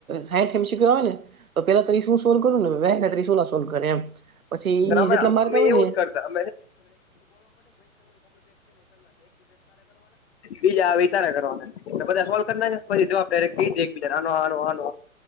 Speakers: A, on the right (about 75°); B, on the left (about 45°).
A: સયીઠ એમસી ક્યું આવે ને તો પેલા ત્રીસ હું સોલ્વ કરું ને વ ને ત્રીસ ઓલા સોલ્વ કરે એમ પછી ઇ
B: અમે
A: જેટલા માર્ક
B: અમે
A: આવે
B: એવું
A: ને
B: <unintelligible> બીજા આવે ઇ તારે કરવાના બધા સોલ્વ કરી નાખે પસી જવાબ ડાયરેક એકર્મ કર આનો આનો